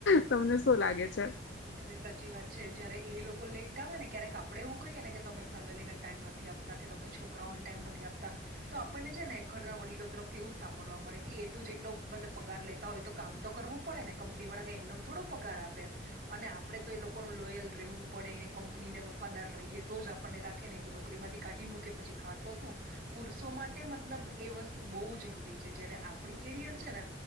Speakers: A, on the left; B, on the right.
A: તમને શું લાગે છે.
B: એટલે સાચી વાત છે જયારે એ લોકો લેઈટ આવે ને ક્યારેક આપડે એવું કહીએ ને કે તમે ફેમિલીને ટાઈમ નથી આપ તા કે તમે છોકરાઓન ટાઈમ નથી આપતા. તો આપણને છે ને ઘરના વડીલો તરફથી એવું જ સાંભળવા મળે કે એ તો જેટલો મતલબ પગાર લે તા હોય તો કામ તો કરવું પડે ને કંપનીવાળા કઈ એમનમ થોડો પગાર આપે એમ. અને આપણેે તો એ લોકોનું લોયલ રહેવું પડે ને કંપનીને વફાદાર રહીએ તો જ આપણને રાખે નહીં તો નોકરીમાંથી કાઢી મૂકે પછી ખાશો શું? પુરુષો માટે મતલબ એ વસ્તુ બઉ જરૂરી છે જયારે આપણી કેરિયર છે ને